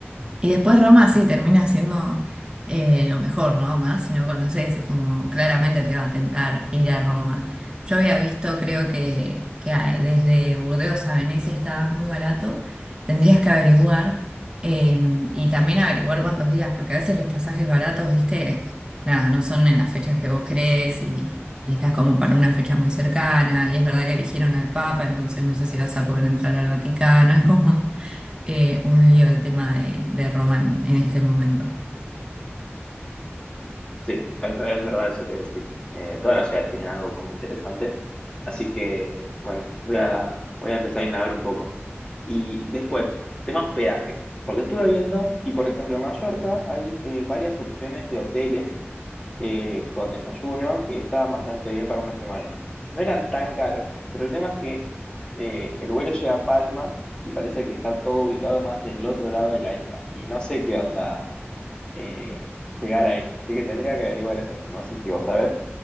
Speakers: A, on the right; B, on the left.
A: Y después Roma sí termina siendo eh, lo mejor, ¿no? Más si no conoces, es como claramente te va a tentar ir a Roma. Yo había visto, creo que, que a- desde Burdeos a Venecia estaba muy barato. Tendrías que averiguar eh, y también averiguar cuántos días, porque a veces los pasajes baratos, viste, nada, no son en las fechas que vos crees y, y estás como para una fecha muy cercana. Y es verdad que eligieron al Papa, entonces no sé si vas a poder entrar al Vaticano. <laughs> Es como eh, un lío el tema de, de Román en este momento.
B: Sí, es, es verdad eso que decís. Eh, todas las ciudades tienen algo como interesante. Así que, bueno, voy a, voy a empezar a indagar un poco. Y después, tema hospedaje. Porque estuve viendo, y por ejemplo en Mallorca hay eh, varias opciones de hoteles eh, con desayuno que estaban bastante bien para una semana. No eran tan caros, pero el tema es que eh, el vuelo llega a Palma y parece que está todo ubicado más del otro lado de la isla. Y no sé qué onda eh, llegar ahí. Así que tendría que averiguar eso. No sé si vos sabés.